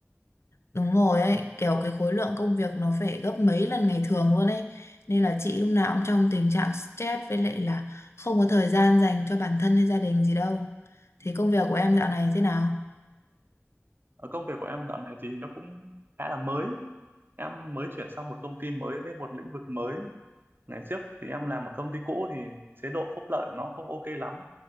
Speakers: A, on the left; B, on the right.
A: đúng rồi ấy. Kiểu cái khối lượng công việc nó phải gấp mấy lần ngày thường luôn ấy. Nên là chị lúc nào cũng trong tình trạng stress với lại là không có thời gian dành cho bản thân hay gia đình gì đâu. Thì công việc của em dạo này thế nào?
B: Ở công việc của em dạo này thì nó cũng khá là mới. Em mới chuyển sang một công ty mới với một lĩnh vực mới. Ngày trước thì em làm ở công ty cũ thì chế độ phúc lợi của nó không ok lắm.